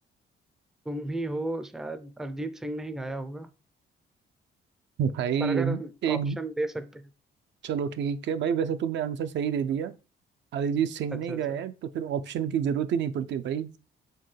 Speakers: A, in the centre; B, on the right (about 65°).
A: तुम ही हो शायद अरिजीत सिंह ने ही गाया होगा
B: भाई
A: पर अगर
B: एक, एक
A: ऑप्शन दे सकते हैं
B: चलो ठीक है भाई वैसे तुमने आंसर सही दे दिया अरिजीत सिंह
A: अच्छा
B: नहीं
A: अच्छा
B: गाया है तो फिर ऑप्शन की जरूरत ही नहीं पड़ती भाई